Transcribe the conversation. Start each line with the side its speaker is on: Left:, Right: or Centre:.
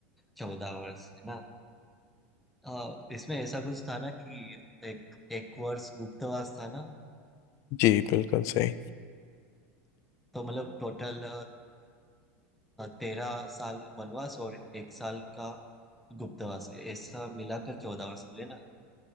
Centre: चौदह वर्ष है ना हाँ इसमें ऐसा कुछ था ना कि एक एक वर्ष गुप्तवास था ना
Left: जी बिल्कुल सही
Centre: तो मतलब टोटल तेरह साल वनवास और एक साल का गुप्तवास ऐसा मिलाकर चौदह वर्ष हुए ना